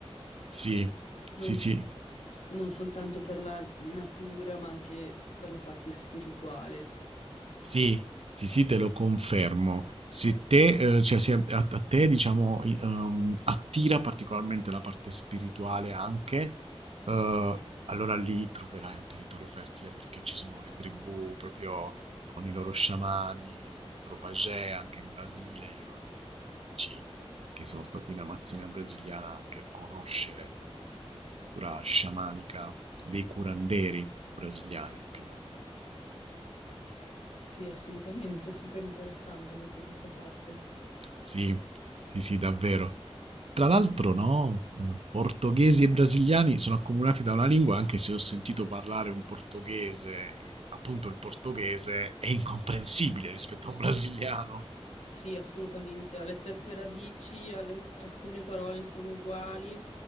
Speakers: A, on the right; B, on the left.
A: sì, sì,
B: Non,
A: sì,
B: non soltanto per la natura, ma anche per la parte spirituale.
A: Sì, sì, sì, te lo confermo. Se te, eh, cioè, se a, a te, diciamo, i- ehm, attira particolarmente la parte spirituale anche, eh, allora lì troverai un territorio fertile perché ci sono le tribù proprio con i loro sciamani, con i loro pagè, anche in Brasile. Io ho anche tanti amici che sono stati in Amazzonia brasiliana anche a conoscere la cultura sciamanica dei curanderi brasiliani, anche della curanderia. Mm.
B: Sì, assolutamente, super interessante tutta questa parte.
A: Sì, sì, sì, davvero. Tra l'altro, no, eh, portoghesi e brasiliani sono accomunati da una lingua, anche se ho sentito parlare un portoghese, eh, appunto il portoghese è incomprensibile rispetto a un brasiliano.
B: Sì, assolutamente, ha le stesse radici, ha le- alcune parole sono uguali,